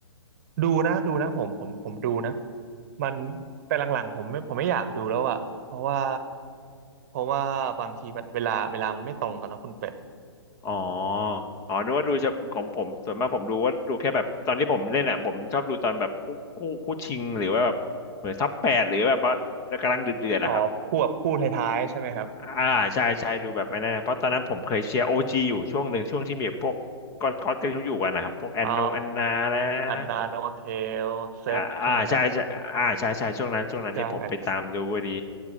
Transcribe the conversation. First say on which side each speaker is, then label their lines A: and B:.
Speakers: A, on the right; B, on the left.
A: ดูนะดูนะผมผมผมดูนะมันแต่หลังๆผมไม่ผมไม่อยากดูแล้วอ่ะเพราะว่าเพราะว่าบางทีแบบเวลาเวลามันไม่ตรงกันเนอะคุณเป็ด
B: อ๋ออ๋อดูว่าดูเฉพาะของผมส่วนมากผมดูว่าดูแค่แบบตอนที่ผมเล่นอ่ะผมชอบดูตอนแบบคู่คู่คู่ชิงหรือว่าแบบเหมือนซับแปดหรือแบบว่ากำลังเดือดเดือดอะครับ
A: อ๋อคู่บบคู่ท้ายๆใช่ไหมครับ
B: อ่าใช่ใช่ดูแบบไอ้นั่นนะเพราะตอนนั้นผมเคยเชียร์โอจีอยู่ช่วงหนึ่งช่วงที่มีพวกก็อดก็อดกันเขาอยู่กันนะครับพวกแอนนงแอนนาแล้วนะ
A: อออันนาโนเทลเซฟใช่ไหมครับ
B: อ่าอ่าใช่ใช่อ่าใช่ใช่ช่วงนั้นช่วงนั้นที่ผมไปตามดูพอดี
A: จาแร็ก